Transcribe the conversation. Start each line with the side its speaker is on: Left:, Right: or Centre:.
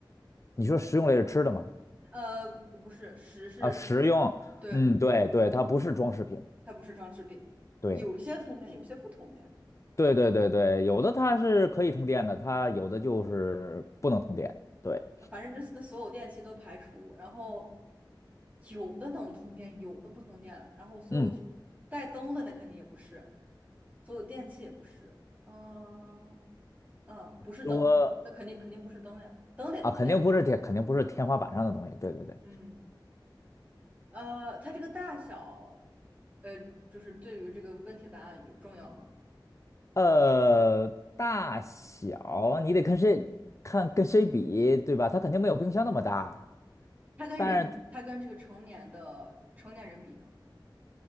Left: 你说食用类是吃的吗？
Right: 呃，不是，食是，
Left: 啊，食用。
Right: 对，
Left: 嗯，对对，它不是装饰品。
Right: 它不是装饰品，
Left: 对
Right: 有些通电，有些不通电。
Left: 对对对对，有的它是可以通电的，它有的就是不能通电。对，
Right: 反正这那所有电器都排除，然后有的能通电，有的不通电，然后所有
Left: 嗯，
Right: 带灯的那肯定也不是，所有电器也不是，嗯嗯，不是灯，
Left: 如果
Right: 那肯定肯定不是灯呀，灯得通电，
Left: 啊，肯定不是天，肯定不是天花板上的东西。
Right: 对不对
Left: 对对对。
Right: 嗯呃，它这个大小，呃，就是对于这个问题的答案有重要吗？
Left: 呃，大小你得跟谁看跟谁比，对吧？它肯定没有冰箱那么大，
Right: 它跟人，
Left: 但是
Right: 它跟这个成年的成年人比呢？